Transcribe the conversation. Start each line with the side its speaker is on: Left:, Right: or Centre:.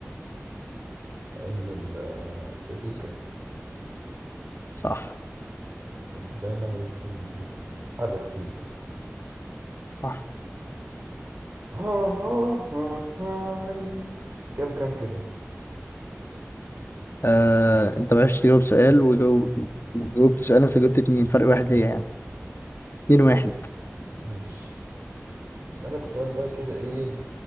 Right: علم ال- آه، الاستاتيكا
Left: صح
Right: الديناميك اللي بي- بيتحرك فيه
Left: صح
Right: ها ها ها هاي. كم كم كده
Left: آه، أنت ما عرفتش تجاوب سؤال وجاوب وجاوبت سؤال أنا جاوبت اتنين فرق واحد ليا يعني اتنين واحد
Right: ماشي اسالك سؤال بقى كده ايه